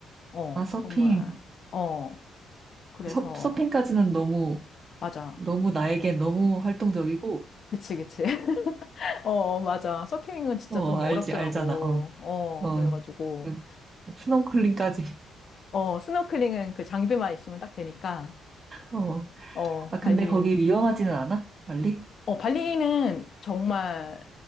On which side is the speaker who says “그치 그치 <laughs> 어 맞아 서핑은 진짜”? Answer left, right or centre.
Left